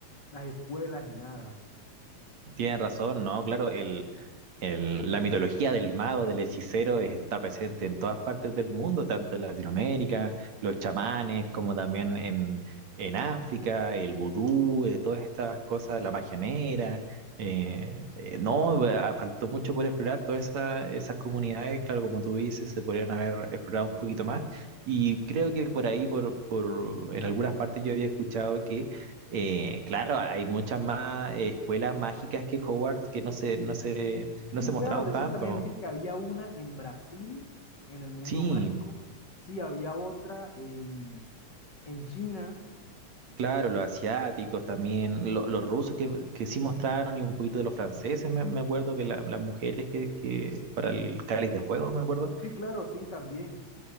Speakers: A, on the left; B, on the right.
A: las escuelas y nada.
B: Tienes razón, ¿no? Claro, el, el- la mitología del mago, del hechicero, es- está presente en todas partes del mundo, tanto en Latinoamérica,
A: Mm.
B: los chamanes, como también en, en África, el vudú, eh, todas estas cosas, la magia negra. eh, eh, no, eh, faltó mucho por explorar todas esa- esas comunidades, claro, como tú dices, se podrían haber explorado un poquito más. Y creo que por ahí, por, por, en algunas partes yo había escuchado que eh, claro, hay muchas más eh, escuelas mágicas que Hogwarts que no se, no se, no
A: Sí,
B: se mostraban
A: claro, de Ah,
B: tanto.
A: eso también vi que había una en Brasil, en el mundo
B: Sí,
A: mágico. Sí, había otra en, en China.
B: claro, los asiáticos también, lo- los rusos que, que sí mostraron y un poquito de los franceses, me, me acuerdo que la- las mujeres que, que para el Cáliz de Fuego, me acuerdo.
A: Sí, claro, sí, también.